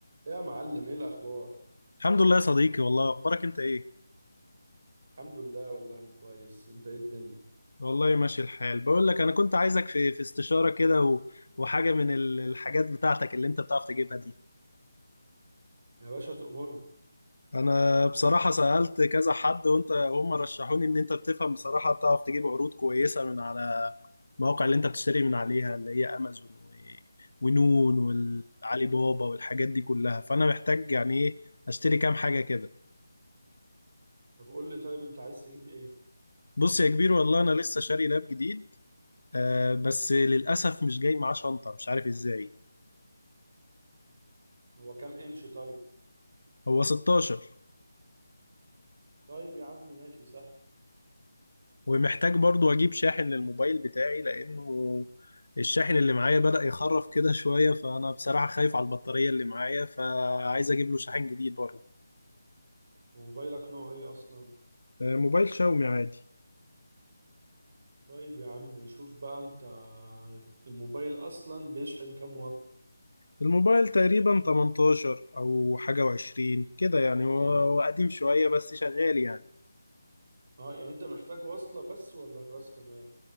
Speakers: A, on the right; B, on the left.
A: يا معلم ايه الاخبار
B: الحمد لله يا صديقي والله اخبارك انت ايه
A: الحمد لله والله كويس انت ايه الدنيا
B: والله ماشي الحال بقول لك انا كنت عايزك في في استشاره كده و- وحاجه من ال- الحاجات بتاعتك اللي انت بتعرف تجيبها دي
A: يا باشا تأمرني
B: انا بصراحه سالت كذا حد وانت هم رشحوني ان انت بتفهم بصراحه بتعرف تجيب عروض كويسه من على المواقع اللي انت بتشتري من عليها اللي هي امازون و- ونون والعلي بابا والحاجات دي كلها فانا محتاج يعني ايه اشتري كام حاجه كده
A: طب قول لي طيب انت عايز تجيب ايه
B: بص يا كبير والله انا لسه شاري لاب جديد آه بس للأسف مش جاي معاه شنطة مش عارف ازاي
A: هو كام انش طيب
B: هو 16
A: طيب يا عم ماشي سهل
B: ومحتاج برضو أجيب شاحن للموبايل بتاعي لأنه الشاحن اللي معايا بدأ يخرف كده شوية فأنا بصراحة خايف على البطارية اللي معايا فعايز أجيب له شاحن جديد برضو
A: وموبايلك نوعه ايه اصلا
B: آه موبايل شاومي عادي
A: طيب يا عم شوف بقى انت الموبايل اصلا بيشحن كام واط
B: الموبايل تقريبا 18 أو حاجة وعشرين كده يعني هو هو قديم شوية بس شغال يعني
A: اه يعني انت محتاج وصلة بس ولا الراس كمان